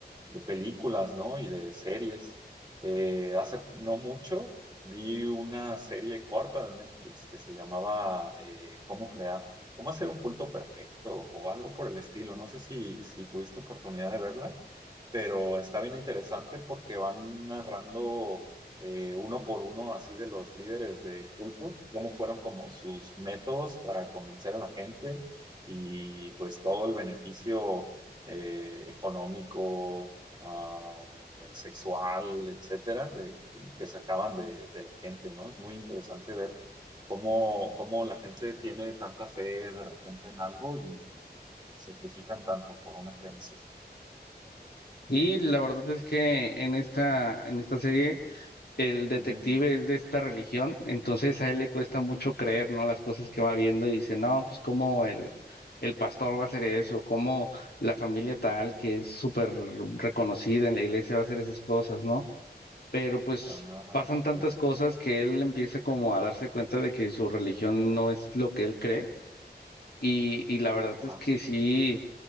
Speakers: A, on the right; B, on the left.
A: de películas, ¿no? Y de series. Eh, hace no mucho vi una serie corta de Netflix que se llamaba eh, ¿Cómo crear? ¿Cómo hacer un culto perfecto? o algo por el estilo. No sé si, si tuviste oportunidad de verla pero está bien interesante porque van narrando eh, uno por uno así de los líderes de culto, cómo fueron como sus métodos para convencer a la gente y pues todo el beneficio eh, económico, ah, sexual, etcétera, de, que sacaban de, de la gente, ¿no? Es muy interesante ver cómo, cómo la gente tiene tanta fe de repente en algo y se sacrifican tanto por una creencia.
B: Y la verdad es que en esta, en esta serie el detective
A: Ujú.
B: es de esta religión, entonces a él le cuesta mucho creer, ¿no? Las cosas que va viendo y dice, no, pues cómo el, el pastor va a hacer eso, cómo la familia tal, que es súper reconocida en la iglesia, va a hacer esas cosas, ¿no? pero pues
A: Ah,
B: pasan
A: ok.
B: tantas cosas que él empieza como a darse cuenta de que su religión no es lo que él cree y, y la verdad
A: Ajá.
B: es que sí,